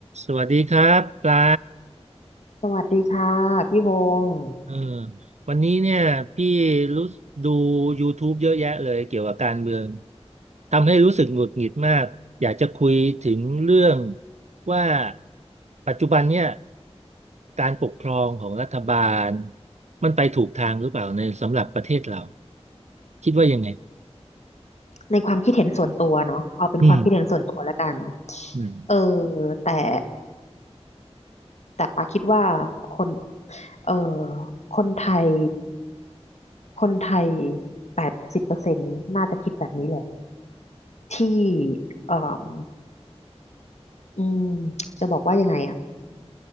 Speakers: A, on the right; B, on the left.
A: สวัสดีครับปลา
B: สวัสดีค่ะพี่พงศ์
A: เออวันนี้เนี่ยพี่รู้ดู YouTube เยอะแยะเลยเกี่ยวกับการเมือง ทำให้รู้สึกหงุดหงิดมาก อยากจะคุยถึงเรื่องว่าปัจจุบันเนี่ยการปกครองของรัฐบาลมันไปถูกทางหรือเปล่าในสำหรับประเทศเราคิดว่ายังไง
B: ในความคิดเห็นส่วนตัวเนาะเอาเป็นความคิดเห็นส่วนตัวแล้วกัน
A: อืมอืม
B: เออแต่แต่ปาคิดว่าคนเออคนไทยคนไทยแปดสิบเปอร์เซ็นต์น่าจะคิดแบบนี้แหละที่เอออืมจะบอกว่ายังไงอะ